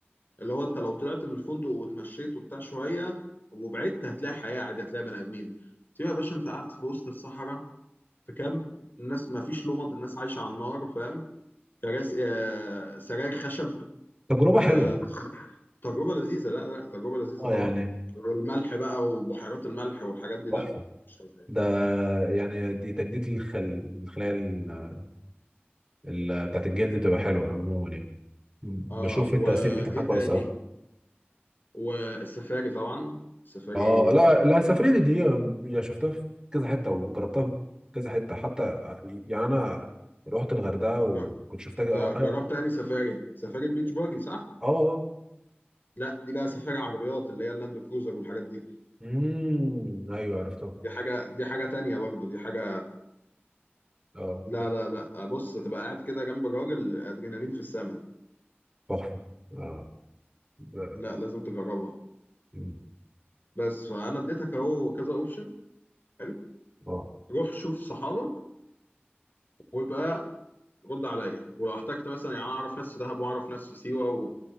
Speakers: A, on the left; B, on the right.
A: اللي هو انت لو طلعت من الفندق واتمشيت وبتاع شويه وبعدت هتلاقي حياه عادي هتلاقي بني ادمين تيجي يا باشا انت قاعد في وسط الصحراء في كامب الناس ما فيش لمض الناس عايشه على النار فاهم كراسي آه، سراير خشب
B: تجربه
A: آه،
B: حلوه
A: تخ- تجربه لذيذه لا لا تجربه لذيذه
B: اه
A: طبعا
B: يعني
A: والملح بقى وبحيرات الملح والحاجات دي
B: تحفه
A: لا لا مش طبيعي
B: ده يعني دي تجديد الخل... الخلايا ال... ال... بتاعت الجلد بتبقى حلوه عموما يعني بشوف
A: اه
B: التاثير
A: وايه
B: بتاعها كويس
A: تاني
B: قوي
A: والسفاري طبعا السفاري
B: اه لا لا السفريه دي, دي يعني شفتها في كذا حته وجربتها في كذا حته حتى آه، يعني انا رحت الغردقه وكنت
A: جر-
B: شفتها
A: انت جربت
B: اه
A: يعني سفاري سفاري البيتش باجي صح
B: اه آه.
A: لا دي بقى سفاري عربيات اللي هي اللاند كروزر والحاجات دي
B: امم ايوه عرفته
A: دي حاجة دي حاجة تانية برضه دي حاجة
B: اه
A: لا لا لا بص تبقى قاعد كده جنب راجل ادرينالين في السماء
B: تحفه اه ب-
A: لا لازم تجربها
B: مم.
A: بس فانا اديتك اهو كذا اوبشن حلو
B: اه
A: روح شوف صحابك وابقى رد عليا ولو احتجت مثلا يعني انا اعرف ناس في دهب واعرف ناس في سيوة و-